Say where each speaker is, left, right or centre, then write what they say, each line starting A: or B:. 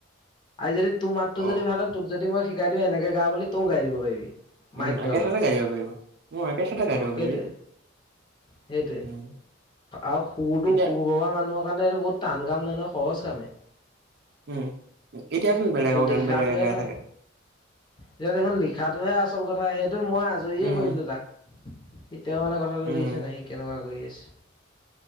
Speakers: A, on the left (about 25°); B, on the right (about 55°).
A: আ যদি তোৰ মাতটো
B: অ
A: যদি ভাল হয় যদি মই শিকাই দিওঁ এনেকে গা বুলি, তয়ো গাই দিব পাৰিবি মাইকটোৰ
B: উম একে
A: আগত
B: চাতে গাই দিব পাৰিব, উম একে চাতে
A: অ
B: গাই দিব
A: সেইটোৱে
B: পাৰিবি
A: সেইটোৱে
B: উম
A: আৰু সুৰটো
B: এতিয়া
A: সুৰ ভবা মানুহৰ কাৰণে এইটো বহুত টান কাম নহয় ন সহজ কামে।
B: উম এতিয়াচোন বেলেগৰ
A: লিখাতটোহে
B: গান বেলেগে গাই
A: তান,
B: থাকে।
A: এতিয়া দেখোন লিখাটোহে আচল কথা সেই কিন্তু মই আজৰিয়ে
B: উম,
A: কৰি দলোঁ তাক এতিয়াও মানে কথাটো
B: উম,
A: দিছে ন সি কেনেকুৱা কৰি আছে